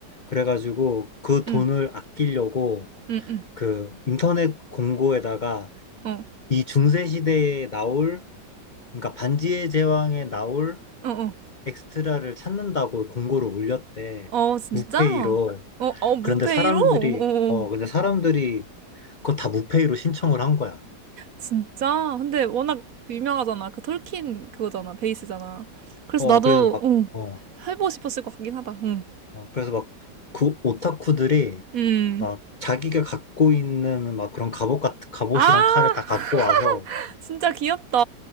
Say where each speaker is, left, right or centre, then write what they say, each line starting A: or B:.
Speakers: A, on the left; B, on the right.
A: 그래가지고 그 돈을
B: 응,
A: 아끼려고
B: 응, 응.
A: 그 인터넷 공고에다가
B: 어,
A: 이 중세 시대에 나올 그러니까 반지의 제왕에 나올
B: 어, 어.
A: 엑스트라를 찾는다고 공고를 올렸대.
B: 어, 진짜?
A: 무페이로.
B: 어, 어, 무페이로?
A: 그런데 사람들이
B: 어.
A: 어
B: 어.
A: 근데 사람들이 그거 다 무페이로 신청을 한 거야.
B: 진짜? 근데 워낙 유명하잖아. 그 톨킨 그거잖아. 베이스잖아. 그래서
A: 어
B: 나도,
A: 그래서 막
B: 응,
A: 어,
B: 해보고 싶었을 것 같긴 하다. 응.
A: 어, 그래서 막 그 오타쿠들이
B: 음.
A: 막 자기가 갖고 있는 막 그런 갑옷 같은 갑옷이랑
B: 아,
A: 칼을 다
B: <laughs>
A: 갖고 와서
B: 진짜 귀엽다.